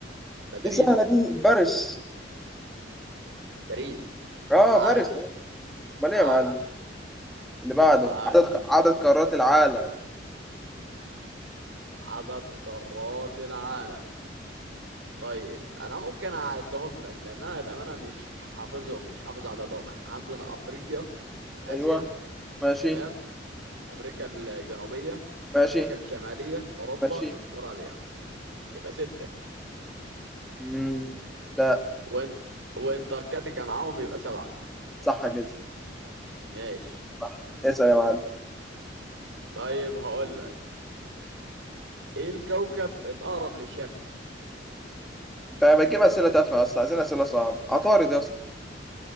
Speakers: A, on the right; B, in the centre.
A: مدريد
B: دي سهله دي باريس
A: باريس
B: اه
A: عاش
B: باريس آه. امال
A: عاش
B: ايه يا معلم اللي بعده
A: عاش
B: عدد عدد قارات العالم
A: عدد قارات العالم طيب انا ممكن اعدهم لك لان انا الامانه مش حافظهم مش حافظ عددهم احنا عندنا افريقيا اسيا
B: ايوه ماشي
A: تمام امريكا الجنوبيه
B: ماشي
A: امريكا الشماليه اوروبا
B: ماشي
A: استراليا يبقى ستة
B: مم. لا
A: وانت وانتاركتيكا معاهم يبقى سبعة
B: صح كده
A: ماشي
B: صح اسال يا معلم
A: طيب هقول لك ايه الكوكب الاقرب للشمس
B: انت بتجيب اسئله تافهه اصلا عايزين اسئله صعبه عطارد يا اسطى